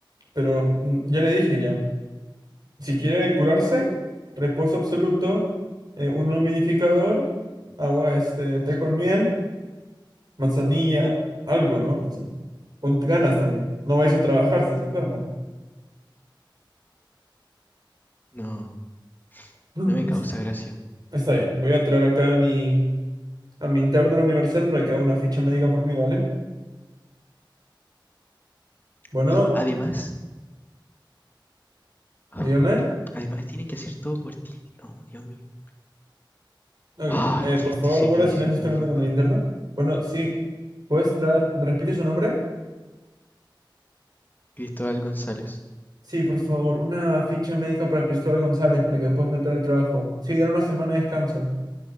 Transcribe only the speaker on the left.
No,
no me causa gracia.
Y además, ah,
además tienen que hacer todo por ti. No, Dios mío.
Ay,
que
este
servicio
público.
Cristóbal González.